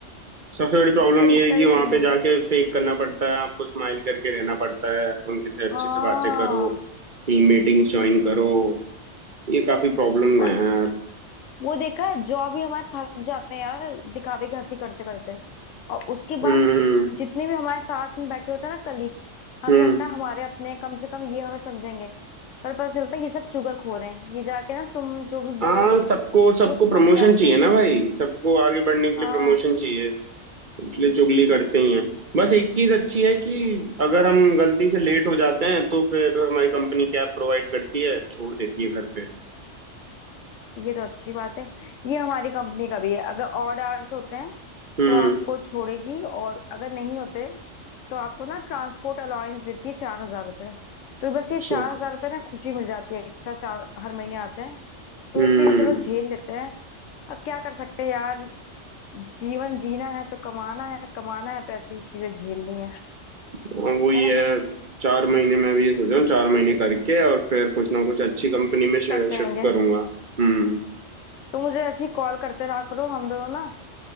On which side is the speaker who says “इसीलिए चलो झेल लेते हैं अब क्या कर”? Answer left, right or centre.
Left